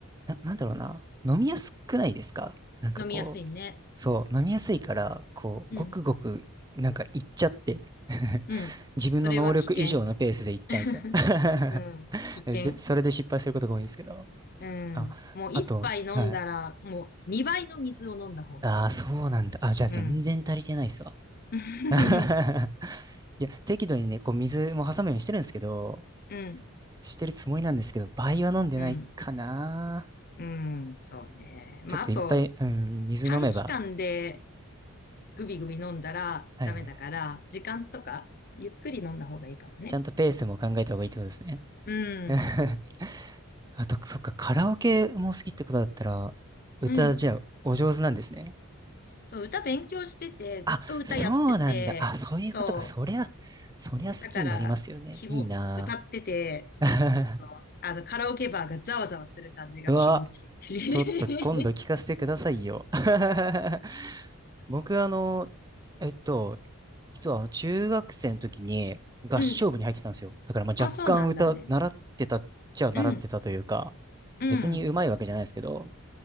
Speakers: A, on the right; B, on the left.
A: な、なんだろうな、飲みやすくないですかなんかこう、
B: 飲みやすいね。
A: そう、飲みやすいから、こう、
B: うん、
A: ごくごく、なんかいっちゃって <laughs>
B: うん。
A: 自分の能力以上のペースでいっちゃうんですよ
B: それは危険。<laughs> うん、
A: <laughs>
B: 危険。
A: で、それで失敗することが多いんですけど。
B: うん。
A: あ、
B: もう一杯飲んだら、
A: あと、はい。
B: もう二倍の水を飲んだ方がいい。
A: ああ、そうなんだ。あ、じゃあ全然足りてないっすわ。
B: うん。<laughs>
A: <laughs> いや、適度にね、こう水も挟むようにしてるんですけど、
B: うん。
A: してるつもりなんですけど、倍は飲んでないかな。
B: うん。うん。そうね。まあ、
A: ちょっといっぱい、
B: あと、
A: うん、水飲めば、
B: 短期間でグビグビ飲んだらダメだから、
A: はいはいはい。
B: 時間とかゆっくり飲んだ方がいいかもね。
A: ちゃんとペースも考えた方がいいってことですね。
B: うん。
A: <laughs> あと、そっか、カラオケも好きってことだったら、歌、
B: うん。
A: じゃあ、お上手なんですね。
B: そう、歌勉強してて、ずっと歌やってて、
A: あ、そうなんだ。あ、そういうことか。
B: そう。
A: そりゃ、そりゃ好きになりますよね。
B: だから、気も、
A: いいな
B: 歌ってて、
A: ぁ。
B: ちょっと、
A: <laughs>
B: あの、カラオケバーがざわざわする感じが気持ちい
A: うわ、ちょっと今度聞かせてくださいよ。
B: い。
A: <laughs> 僕、あの、えっと、実はあの中学生の時に合唱部に入ってたんですよ。
B: <laughs> うん。
A: だからまあ若干歌、
B: あ、そうなんだね。
A: 習ってたっちゃ習ってたというか、
B: うん。うん。
A: 別に上手いわけじゃないですけど、